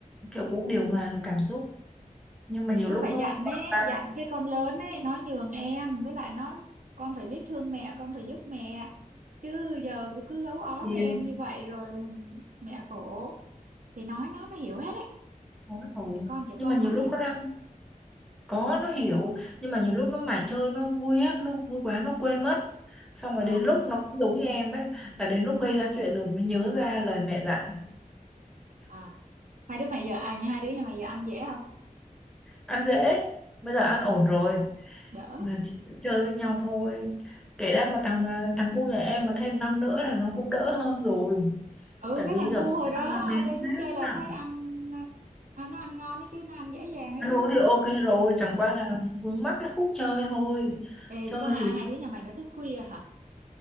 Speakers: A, in the centre; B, on the right (about 65°).
A: kiểu cũng điều hòa được cảm xúc nhưng mà nhiều
B: thì cứ
A: lúc
B: phải
A: nó
B: dặn
A: quá
B: ấy
A: quá
B: dặn cái con lớn ấy nói nhường em với lại nói con phải biết thương mẹ con phải giúp mẹ chứ giờ cứ cứ gấu ó
A: thì
B: với em như vậy rồi mẹ khổ thì nói nó nó hiểu hết đấy
A: thôi rồi
B: trẻ con trẻ con
A: nhưng mà nhiều
B: nó cũng
A: lúc
B: hiểu
A: nó
B: hết
A: ra Có, nó hiểu. Nhưng mà nhiều lúc nó mải chơi, nó vui á, nó vui quá, nó quên mất. Xong rồi
B: à
A: đến lúc nó cũng giống như em ấy, là đến lúc gây ra chuyện rồi mới nhớ ra lời mẹ dặn.
B: à hai đứa mày giờ à hai đứa nhà mày giờ ăn dễ không
A: Ăn dễ, bây giờ ăn ổn
B: ừ,
A: rồi.
B: đỡ
A: Là chỉ chơi với nhau thôi. Kể ra mà thằng ờ, thằng cu nhà em mà thêm năm nữa là nó cũng đỡ hơn rồi.
B: ừ
A: Tại
B: cái
A: vì
B: thằng
A: giờ
B: cu hồi đó
A: tao là bé
B: tôi
A: thế
B: xuống chơi là
A: à.
B: thấy anh à, nó ăn ngon đấy chứ nó ăn dễ dàng đấy
A: Ăn
B: chứ
A: uống thì ok rồi,
B: ừ.
A: chẳng qua là vướng mắc cái khúc chơi thôi.
B: ê
A: Chơi
B: có hai
A: thì...
B: hai đứa nhà mày nó thức khuya hả